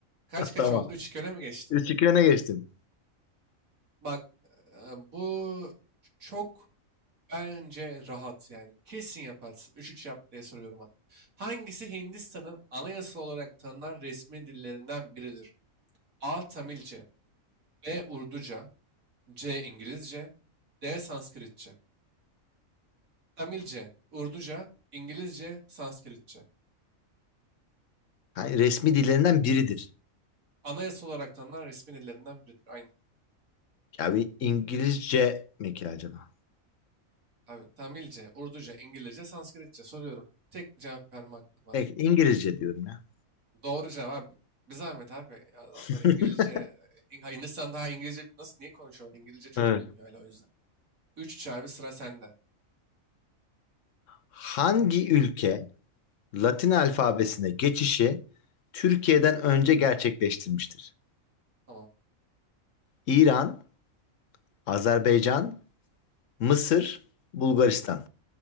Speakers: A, on the right; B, on the left.
A: Kaç kaç
B: Tamam.
A: oldu? üç 2 öne mi geçtim?
B: 3-2 öne geçtim.
A: Bak e, bu çok Bence rahat yani. Kesin yaparsın. üç üç yap diye soruyorum hatta. Hangisi Hindistan'ın anayasal olarak tanınan resmi dillerinden biridir? A. Tamilce B. Urduca C. İngilizce D. Sanskritçe Tamilce, Urduca, İngilizce, Sanskritçe.
B: Ha, resmi dillerinden biridir.
A: Anayasal olarak tanınan resmi dillerinden biridir. Aynen.
B: Ya bir İngilizce mi ki acaba?
A: Abi, Tamilce, Urduca, İngilizce, Sanskritçe soruyorum. Tek cevap verme hakkın var.
B: Peki, İngilizce diyorum ya.
A: Doğru cevap. Bir zahmet abi. Adamlar
B: <laughs>
A: İngilizce, İng- ha, Hindistan daha İngilizce nasıl niye konuşuyorlar? İngilizce çok
B: Evet.
A: biliniyor öyle o yüzden. Üç 3 abi sıra sende.
B: Hangi ülke Latin alfabesine geçişi Türkiye'den önce gerçekleştirmiştir?
A: Tamam.
B: İran, Azerbaycan, Mısır, Bulgaristan.